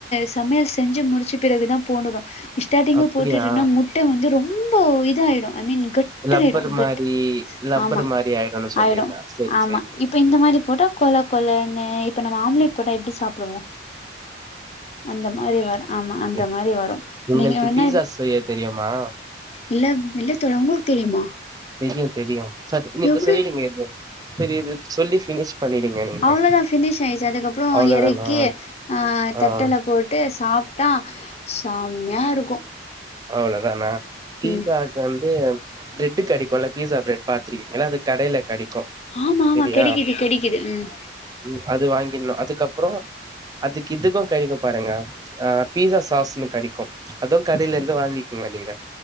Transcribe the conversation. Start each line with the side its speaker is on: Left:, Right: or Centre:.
Left: சமையல் செஞ்சு முடிச்ச பிறகு தா போடணு ஸ்டார்ட்டிங்கு
Right: அப்டியா
Left: போட்டுருன்னா முட் ட்ட வந்து ரொம்ப இதாயிடும் ஐ மீன் கட் ட்டாயிடு
Right: லப்பர்
Left: கட்
Right: மாரி லப்பர்
Left: ஆமா
Right: மாரி ஆயிடுனு சொல்றீங்க
Left: ஆயிடு
Right: செரி
Left: ஆமா
Right: செரி
Left: இப் இப்ப இந்த மாரி போட்டா கொல கொலன்னு இப்ப நம்ம ஆம்லேட் போட்டா எப்டி சாப்டுவோ அந்த மாரி வரு ஆமா அந்த
Right: செரி
Left: மாரி
Right: செரி
Left: வரு
Right: உங்களுக்கு
Left: நீங்க வேனா
Right: பீஸா செய்ய தெரியுமா
Left: இல்ல இல்ல தோழா உங்களுக் தெரியுமா
Right: தெரியு தெரியு சேரி நீங்க
Left: எப்டி
Right: சொல்லீங்க இது சேரி இது சொல்லி ஃபினிஷ் பண்ணிடுங்க நீங்க
Left: அவ்ளோதா ஃபினிஷ் ஆயிருச்சு அதுக்கப்றோ
Right: அவ்ளோதானா
Left: எறக்கி ஆ தட்டுல
Right: ஆ
Left: போட்டு சாப் தா செம்யா இருக்கு
Right: அவ்ளோதானா பீஸ்சாக்கு
Left: ம்
Right: வந்து பிரெட்டு் கெடைக்குல்ல பீஸா பிரெட் பாத்ரி ஏனா அது கடையில கெடைக்கு
Left: ஆமா ஆமா
Right: செரியா
Left: கெடைக்குது கெடைக்குது ம்
Right: ம் அது வாங்கிட்னு அதுக்கப்றோ அதுக்கு இதுக்கு கெடைக்கு பாருங்க ஆ பீஸா சாஸ்ன்னு கெடைக்கு அதுவு கடையிலிர் ந்து வாங்கிக்கிங்க நீங்க